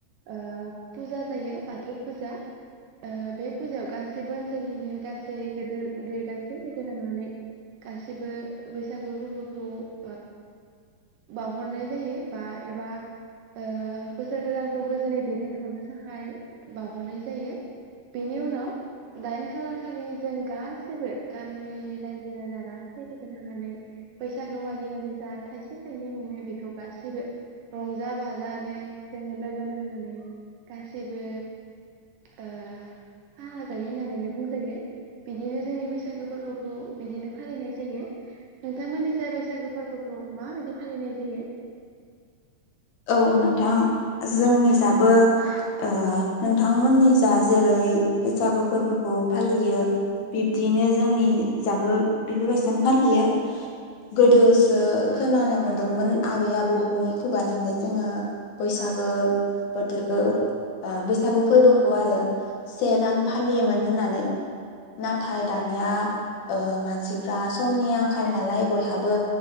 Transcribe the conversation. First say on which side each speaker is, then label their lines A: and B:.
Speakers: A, on the right (about 75°); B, on the left (about 65°).
A: ओ फुजा जायो बाथौ फुजा ओ बे फुजायाव गासैबो ओनसोलनिनो गासै गोदोर उदै गासै लोगो नांनानै गासैबो बैसागो फोरबोखौ ओ बावहरनाय जायो बा एबा ओ ‌बोसोर गोदानखौ गोजोनै दैदेनहरनो थाखाय बावहरनाय जायो बेनि उनाव दायेन खालार खालि जों गासैबो गामिनि राज्यो राजा गासैबो लोगो होनानै बैसागो माग बिनानै जा थाइसे थाइनै मोनो बेखौ गासैबो रंजा बाजानो जोङो लोगो नांनानै गासैबो ओ खाना जायो होननानैनो बुंजायो। बिदिनो जोंनि बैसागो फोरबो खौ बिदिनो फालिनाय जायो नोंथांमोननि जाय बैसागो फोरबोखौ माबायदि फालिनाय जायो?
B: औ नोंथां जोंनि जाबो ओ नोंथांमोननि जा जेरै बैसागु फोरबोखौ फालियो बिब्दिनो जोंनि जाबो बेफोरबायसानो फालियो गोदोसो खोनानो मोनदोंमोन आबै आबौनि खुगानि फाय जोङो बैसागो बोथोरखौ ओ बैसागु फोरबोखौ आरो से दान फालियोमोन होननानै नाथाय दानिया ओ मानसिफ्रा समनि आंखाल नालाय बयहाबो